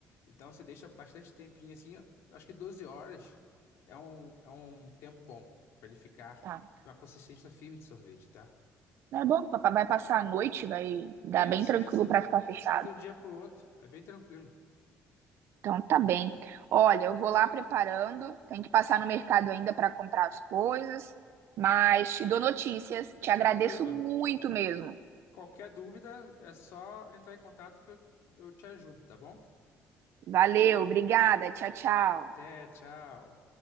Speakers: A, on the left (about 80°); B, on the right (about 65°).
A: Então você deixa bastante tempinho assim, acho que 12 horas é um, é um tempo bom pra ele ficar
B: tá.
A: numa consistência firme de sorvete, tá?
B: Não é bom, papai vai passar a noite, vai dar
A: Isso,
B: bem tranquilo
A: isso.
B: para ficar fechado.
A: Faz de um dia pro outro, é bem tranquilo.
B: Então tá bem. Olha, eu vou lá preparando, tem que passar no mercado ainda para comprar as coisas, mas te dou notícias, te agradeço
A: Tranquilo.
B: muito mesmo.
A: Qualquer dúvida é só entrar em contato que eu, eu te ajudo, tá bom?
B: Valeu, obrigada, tchau, tchau.
A: Até, tchau.